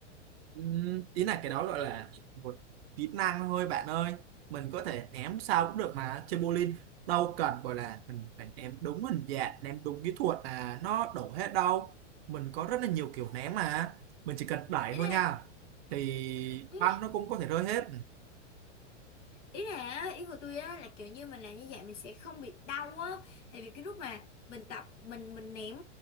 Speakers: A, on the right (about 55°); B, on the left (about 70°).
A: Ừm, ý là cái đó gọi là một kỹ năng thôi bạn ơi mình có thể ném sao cũng được mà chơi bowling đâu cần gọi là mình phải ném đúng hình dạng ném đúng kỹ thuật là nó đổ hết đâu mình có rất là nhiều kiểu ném mà mình chỉ cần đẩy
B: Thế
A: thôi nha thì
B: nè,
A: băng nó cũng có thể rơi hết
B: ý là á, ý của tôi á là kiểu như mình làm như vậy mình sẽ không bị đau á tại vì cái lúc mà mình tập mình mình ném